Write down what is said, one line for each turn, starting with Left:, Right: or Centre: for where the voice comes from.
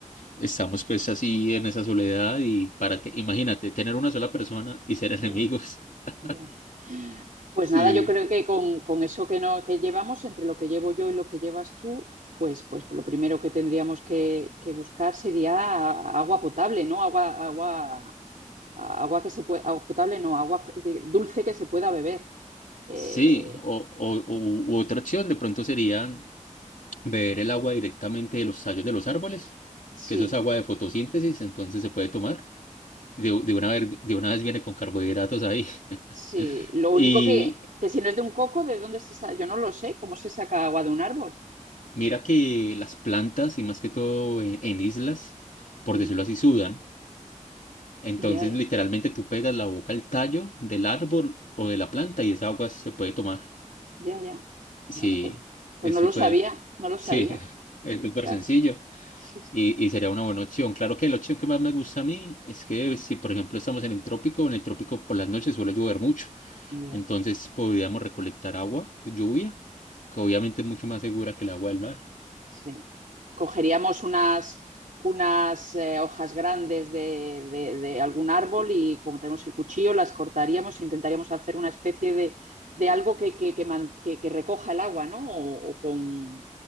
Left: Estamos pues así en esa soledad y para te- imagínate, tener una sola persona y ser enemigos.
Right: ya, yeah,
Left: <laughs>
Right: ya. Yeah. Pues
Left: Sí.
Right: nada, yo creo que con, con eso que, no, que llevamos, entre lo que llevo yo y lo que llevas tú, pues, pues lo primero que tendríamos que, que buscar sería agua potable, ¿no? Agua, agua, agua que se puede, agua potable, no, agua eh, dulce que se pueda beber. Eh,
Left: Sí, o, o, o- u otra opción de pronto sería beber el agua directamente de los tallos de los árboles,
Right: sí,
Left: que eso es agua de fotosíntesis, entonces se puede tomar. De, de una vez, de una vez viene con carbohidratos ahí.
Right: sí.
Left: <laughs>
Right: Lo único
Left: Y
Right: que, que si no es de un coco, ¿de dónde se saca? Yo no lo sé, ¿cómo se saca agua de un árbol?
Left: mira que las plantas, y más que todo en, en islas, por
Right: Mm,
Left: decirlo así, sudan. Entonces,
Right: ya, ya,
Left: literalmente tú pegas la boca al tallo del árbol o de la planta y esa agua se puede tomar.
Right: ya, ya.
Left: Sí,
Right: Bueno, pues, pues
Left: es
Right: no
Left: súper,
Right: lo sabía, no lo sabía.
Left: sí, <laughs> es súper
Right: Claro.
Left: sencillo
Right: Sí, sí.
Left: y, y sería una buena opción. Claro que la opción que más me gusta a mí es que si, por ejemplo, estamos en el trópico, en el trópico por las noches suele llover mucho.
Right: Ya.
Left: Entonces podríamos recolectar agua de lluvia, que obviamente es mucho más segura que el agua del mar.
Right: Sí. Cogeríamos unas, unas eh, hojas grandes de, de- de algún árbol y como tenemos el cuchillo, las cortaríamos e intentaríamos hacer una especie de, de algo que, que- que man- que- que recoja el agua, ¿no? O, o con,